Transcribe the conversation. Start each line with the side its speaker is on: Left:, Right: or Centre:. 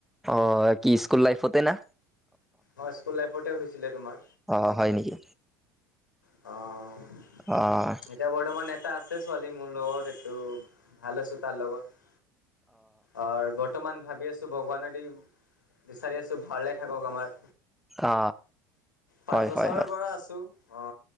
Centre: অ' কি স্কুল লাইফতে না?
Left: হয়, স্কুল লাইফতে হৈছিলে তোমাৰ।
Centre: অ, হয় নেকি?
Left: অ',
Centre: অ',
Left: এতিয়া বৰ্তমান এটা আছে ছোৱালী মোৰ লগত এইটো ভাল আছো তাৰ লগত। অ, বৰ্তমান ভাবি আছো ভগৱানেদি বিচাৰি আছো ভালে থাকক আমাৰ
Centre: অ
Left: পাঁচ
Centre: হয়
Left: বছৰৰ
Centre: হয় হয়
Left: পৰা আছোঁ। অ,